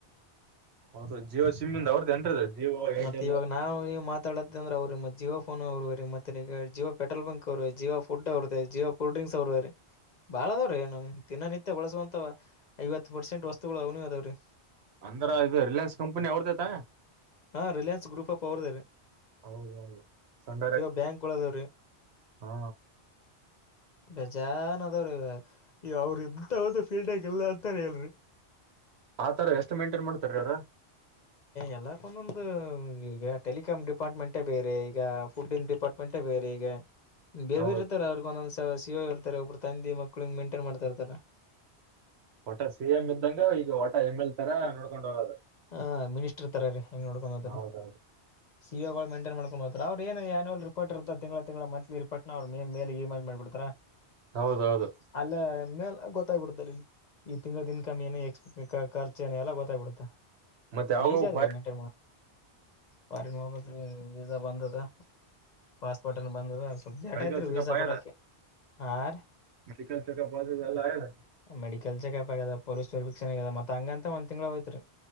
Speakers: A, on the right (about 70°); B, on the left (about 45°).
A: ಹೌದು ಜಿಯೋ ಸಿಮ್ ಇಂದ ಅವ್ರದ್ದು ಏನ್ರಿ ಅದು ಜಿಯೋ ಏರ್ಟೆಲ್
B: ಮತ್ತೆ ಇವಾಗ ನಾವು ನೀವು ಮ ಅ್ರೆ್ರ ಮ ಜಿಯೋಫೋ ಅವರು ರೀತ್ತ ಜಿಯ ಪೆ್ರೋಲ್ ಬಂಕ್ ಅವರು ಜಿಯೋ ಫುಡ್ ಅವ್ರದ ಜಿಯೋ ಕೋ ಡ್ರಿಂಕ್ ಸ ಅವರ್ವಾರ ಬಾಳ ಅದಾವ್ರೀ ನಮ್ ದಿನೋ ನಿತ್ಯ ಬಳಸುವಂತ ಐವತ್ತು ಪರ್ಸೆಂಟ್ ವಸ್ತುಗಳು ಅವ್ನ ಅದಾವ್ರೀ
A: ಅಂದ್ರ ಇದು ರಿಲಯನ್ಸ್ ಕಂಪನಿ ಅವ್ರದತ
B: ಹಾ ರಿಲಯನ್ಸ್ ಗ್ರೂಪ್ ಆಫ್ ಅವ್ರದ ರೀ
A: ಹೌದ ಹೌದು ಸಂಡರೆ
B: ಬ್ಯಾಂಕ್ ಗಳು ಅದಾವ್ರಿ
A: ಹಾ
B: ಬೇಜನ್ ಅದಾವ್ರೀ ಈ ಅವ್ರ ಇಂಂತವ್ದ ಫೀಡ್ಬ್ಯಾಕ್ ಇಲ್ಲ ಅಂತಾನ ಹೇಳಲ್ರಿ
A: ಆತರ ಎಷ್ಟು ಮೇಂಟೇನ್ ಮಾಡ್ತಾರೀ ಅವವ್ರ
B: ಎಲ್ಲಕ್ಕ ಒಂದೊಂದು್ ಈಗ ಟೆಲಿಕಾಮ್ ಡಿಪಾರ್ಟ್ಮೆಂಟೇ ಬೇರೆ ಈಗ ಫುಡ್ ಇನ್ ಡಿಪಾರ್ಟ್ಮೆಂಟ್ ಬೇರೆ ಈಗ ಬೇರ್
A: ಹೌದು
B: ಬೇರೆ ಇರ್ತಾರ ಅವ್ರಗ ಒಂದೊಂದ ಸಿ ಇರ್ತಾರೆ ಒಬ್ಬರು ತಂದಿ ಮಕ್ಳಿಗೆ ಮೇಂಟೈನ್ ಮಾಡ್ತಾ ಇರ್ತಾರ
A: ಒಟ ಸಿ ಎಂ ಇದ್ದಂಗ ಈಗ ಒಟ ಎಮ್ ಎಲ್ ತರ ನೋಡ್ಕೊಂಡ ಹೋಗೋದ
B: ಹ ಮಿನಿಸ್ಟರ್ ತರ ರೀ ಹೆಂಗ್ ನೋಡ್ಕೊಂಡ
A: ಹೌದೌದು
B: ಹ ಸಿಒಗಳು ಮಂಟೈನ್ ಮಾಡ್ಕೊಂಡ ಹ ಸ ಅವ್ರ ಏನು್ಯನ್ಯಲ್ ರಿಪರ್ ಇರ್ತ ತಿಗಳ ತಿಂ ಮಂಲಿ ರಿೋಟ್ನ ಅವ್ ಮೇಲೆ ಇಮೇಲ್ ಮಾಡಿಬಡ್ತಾ
A: ಹೌದೌದು
B: ಅಲ್ಲ ಮೇಲೆ ಗೊತ್ತಾಗ್ಬಿಡುತ್ತ ಅ ಇಲ್ಲಿ ಈ ತಿಂಗಳ್ ಇನ್ಕಮ್ ಏ ಎಕ್ಸ್ಪೆ ಖರ್ಚ ಏ ಎಲ್ಲ ಗೊತ್ತಾಗ್ಬಿಡುತ್ತಾ
A: ಮತ್ತೆ ಯಾವಾಗ
B: ಈಜಾದ್ರಿ ಮೆಟ ಫನ್ ಹ ವಜಾ ಬಂದ್ ಅದ ಪಾಸ್ಪೋರ್ಟ್ ಏನ್ನು ಬಂದದ ಸ್ವಲ್ಪ ಜಟ
A: ಮೆಡಿಕಲ್
B: ಆಯತ್ರಿ
A: ಚೆಕಪ್
B: ವೀಸಾ
A: ಆಯದ
B: ಪಟೋಕ ಹಾ ರೀ
A: ಮೆಡಿಕಲ್ ಚೆಕಪ್ ಅದು ಇದೆಲ್ಲ ಆಯದ
B: ಮೆಡಿಕಲ್ ಚ ಕಪ ಪ ಸರ್ಿಕ್ಷೆದ ಮತ್ತತ್ ಹಂಗ ಅಂತ ಒಂದ್ ತಿಂಗಳ ಹೋಯತ್ರಿ